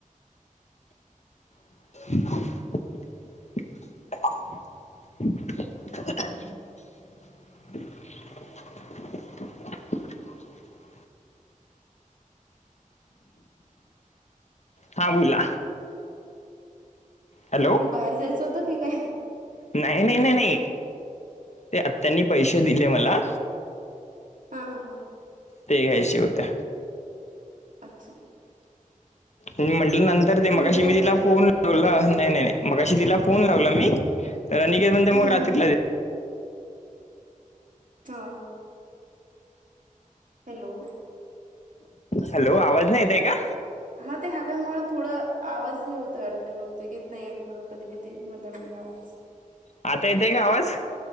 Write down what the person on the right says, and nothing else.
कुठे बाहेर जायचं होतं की काय?
हा हा हा.
अच्छा.
मला वाटलं
बाहेर
जायचं
हम्म
हम्म
हा. हॅलो.
हा. ते हवेमुळे थोडं आवाज हे होत आहे वाटत. येत नाहीये. थोडं कधी कधी मध्ये मध्ये आवाज